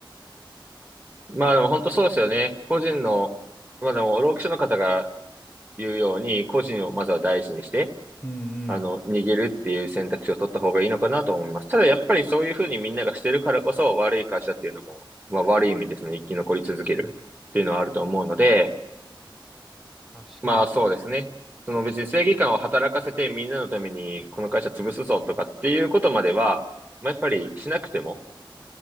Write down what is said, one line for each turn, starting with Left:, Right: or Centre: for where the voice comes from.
Right: まあでも本当そうですよね。個人の、まあでも、労基署の方が言うように、個人をまずは大事にして、
Centre: ー、うんうん。
Right: あの、逃げるっていう選択肢を取った方がいいのかなと思います。ただやっぱりそういうふうにみんながしてるからこそ、悪い会社っていうのも、まあ悪い意味でその生き残り続けるっていうのはあると思うので、
Centre: 確かに。
Right: まあそうですね。その別に正義感を働かせてみんなのためにこの会社潰すぞとかっていうことまでは、まあやっぱりしなくても、